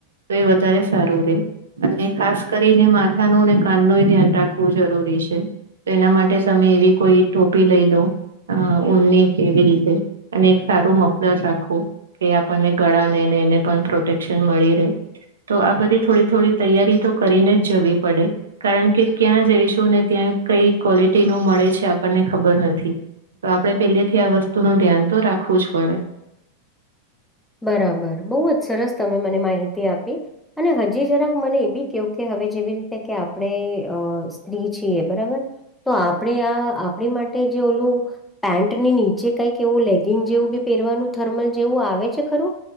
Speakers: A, on the right; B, in the centre.
A: તો એ વધારે સારું રહેે અને ખાસ કરીને માથા નું અને કાન નું ધ્યાન રાખવું જરૂરી છે તો એના માટે તમે એવી કોઈ ટોપી લઈ લો હ ઉની કે કેવી રીતે અને એક સારું મફ રાખો કે આપણને ગળા ને ને એને પણ પ્રોટેક્શન મળી રહે તો આ બધી થોડી થોડી તૈયારી તો કરીને જ જવી પડે. કારણ કે ક્યાં જઈશું ને ત્યાં કઈ ક્વોલિટી નું મળે છે આપણને ખબર નથી. તો આપણે પેલેથી આ વસ્તુનું ધ્યાન તો રાખવું જ પડે.
B: બરાબર બહુ જ સરસ તમે મને માહિતી આપી અને હજી જરાક મને એ બી કયો કે હવે જેવી રીતે કે આપણે સ્ત્રી છીએ બરાબર તો આપણે આ આપણી માટે જે ઓલું પેન્ટની નીચે કઈ એવું લેગિંગ જેવું બી પહેરવાનું થર્મલ જેવું આવે છે ખરું